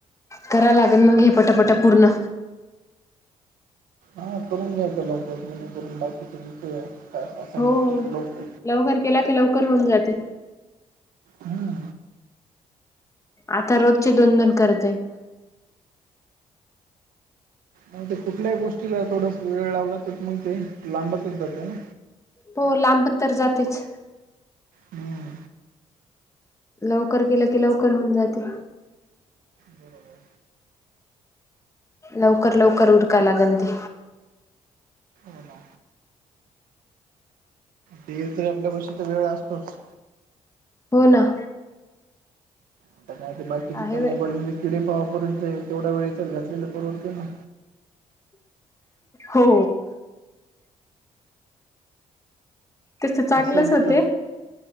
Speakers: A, on the left; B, on the right.
A: करायला लागेल मग हे पटापटा पूर्ण
B: हा करून घ्यायचं लोक जेणेकरून बाकीचे जथे का असं
A: हो
B: लोक
A: लवकर केला की लवकर होऊन जाते
B: हम्म.
A: आता रोजची दोन दोन गरज जाईन.
B: मग ते कुठल्याही गोष्टीला थोडास वेळ लावला तर मग ते लांबातच जातं ना
A: हो लांब तर जातेच
B: हम्म.
A: लवकर केलं की लवकर होऊन जाते
B: बरोबर
A: लवकर लवकर उरकायलागन ते
B: हो ना ते तरी आपल्या पशी तर वेळ असतोच.
A: हो ना.
B: आता काय ते बाकीच्या
A: आहे
B: त्या
A: वेळ.
B: मोबाईल मध्ये किडे पाव परत जा तेवढा वेळेचा घलेला परडतो ना
A: हो तस चांगलंच
B: असेबी
A: होते
B: तर